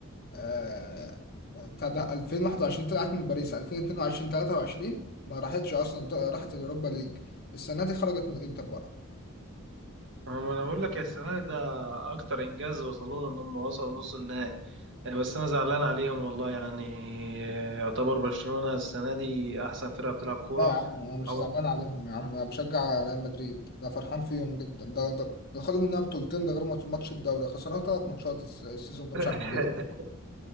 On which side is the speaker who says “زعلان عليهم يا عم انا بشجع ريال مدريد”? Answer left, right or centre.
Left